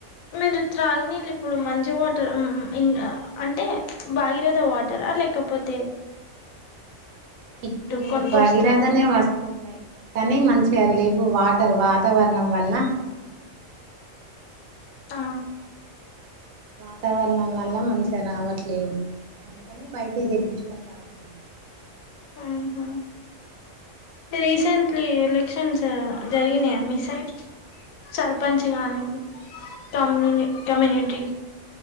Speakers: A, on the left; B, on the right.
A: మీరు త్రాగునీళ్ళు ఇప్పుడు మంచి వాటర్ ఉమ్ ఉమ్ ఇంగ అంటే భాగీరథ వాటర లేకపో తే
B: ఇప్పుడూ
A: కొనుకొస్తారా
B: భగీరథనే వస్తున్నాయ్ కనీ మం <unintelligible> వాటర్ వాతావరణం వల్ల
A: ఆ
B: వాతావరణం వల్ల మంచిగ రావట్లేవు అందుకని బయటియి దెప్పించుకొని తాగుతున్నం
A: ఆహా రీసెంట్లీ ఎలక్షన్స్ జరిగినయ మీ సైడ్? సర్పంచ్
B: మా
A: గానీ
B: సైడ్
A: కమ్యుని కమ్యునిటి